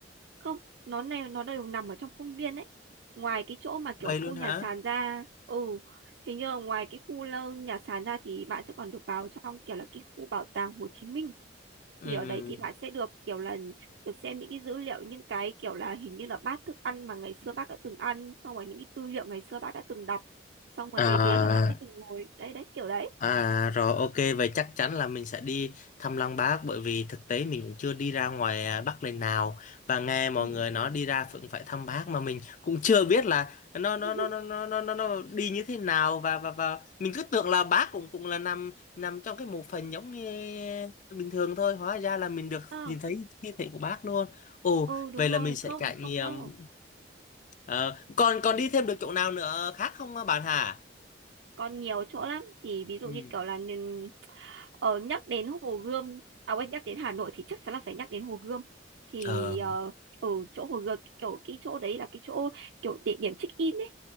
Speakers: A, on the right; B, on the left.
A: không nó này nó đều nằm ở trong khuôn viên đấy ngoài cái chỗ mà kiểu
B: Vậy
A: khu
B: luôn hả?
A: nhà sàn ra ừ hình như là ngoài cái khu lơ- nhà sàn ra thì bạn sẽ còn được vào trong kiểu là cái khu bảo tàng Hồ Chí Minh
B: Ừ.
A: thì ở đấy thì bạn sẽ được kiểu là được xem những cái dữ liệu những cái kiểu là hình như là bát thức ăn mà ngày xưa bác đã từng ăn xong rồi những cái tư liệu ngày xưa bác đã từng đọc xong rồi
B: À.
A: cái ghế mà bác đã từng ngồi đấy đấy kiểu đấy
B: À rồi ok vậy chắc chắn là mình sẽ đi thăm Lăng Bác bởi vì thực tế mình cũng chưa đi ra ngoài à, Bắc lần nào và nghe mọi
A: ừ
B: người nói đi ra cũng phải thăm Bác mà mình cũng <laughs> chưa biết là nó
A: <laughs>
B: nó nó nó nó nó nó nó đi như thế nào và và và mình cứ tưởng là Bác cũng cũng là nằm nằm trong cái mộ phần giống như bình thường thôi hóa ra là mình được
A: ờ
B: nhìn thấy thi thể của Bác luôn. Ồ
A: ừ đúng
B: vậy là
A: rồi
B: mình sẽ
A: không
B: trải
A: không
B: nghiệm
A: đâu
B: Ờ, còn còn đi thêm được chỗ nào nữa khác không à, bạn hả?
A: còn nhiều chỗ lắm thì ví dụ
B: Ừ.
A: như kiểu là nên- Ờ, nhắc đến Hồ Gươm, à quên nhắc đến Hà Nội thì chắc chắn là phải nhắc đến Hồ Gươm. Thì
B: Ờ.
A: ờ, ở chỗ Hồ Gươm kiểu cái chỗ đấy là cái chỗ kiểu địa điểm check in ấy.